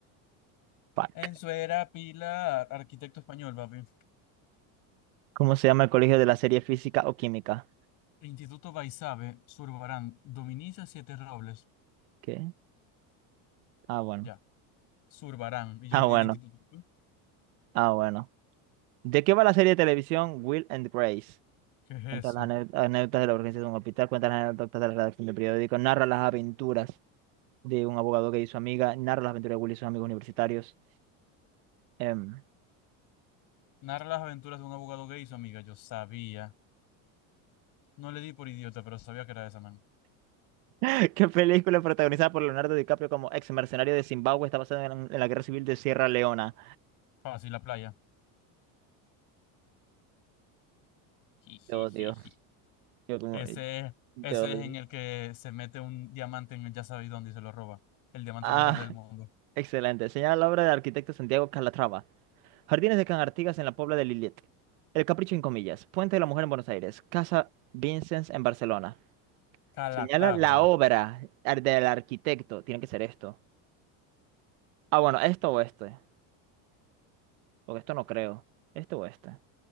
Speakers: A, on the right; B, on the left.
A: Fuck.
B: Ensuera Pilar, arquitecto español, papi.
A: ¿Cómo se llama el colegio de la serie física o química?
B: Instituto Baisabe, Zurbarán. Dominicia Siete Robles.
A: ¿Qué? Ah, bueno.
B: Ya. Zurbarán. Y yo
A: Ah,
B: le di
A: bueno.
B: el instituto. ¿Tú?
A: Ah, bueno. ¿De qué va la serie de televisión Will and Grace?
B: ¿Qué es eso?
A: Cuenta las ane- anécdotas de la urgencia de un hospital, cuenta las anécdotas de la redacción del periódico, narra las aventuras de un abogado que y su amiga, narra las aventuras de Will y sus amigos universitarios. Em,
B: Narra las aventuras de un abogado gay y su amiga. Yo sabía. No le di por idiota, pero sabía que era esa, man.
A: <laughs> ¿qué película protagonizada por Leonardo DiCaprio como ex mercenario de Zimbabue está basada en, en la guerra civil de Sierra Leona?
B: Fácil, la playa. Jijijiji.
A: Te odio. Yo como,
B: Ese,
A: te
B: ese
A: odio.
B: es en el que se mete un diamante en el ya sabéis dónde y se lo roba. El diamante
A: Ah,
B: más grande del
A: <laughs>
B: mundo.
A: excelente. Señala la obra del arquitecto Santiago Calatrava. Jardines de Can Artigas en la Puebla de Lillet. El Capricho en comillas. Puente de la Mujer en Buenos Aires. Casa Vincennes en Barcelona.
B: Calatabra.
A: Señala la obra ar- del arquitecto. Tiene que ser esto. Ah, bueno, esto o este. Porque esto no creo. Este o este.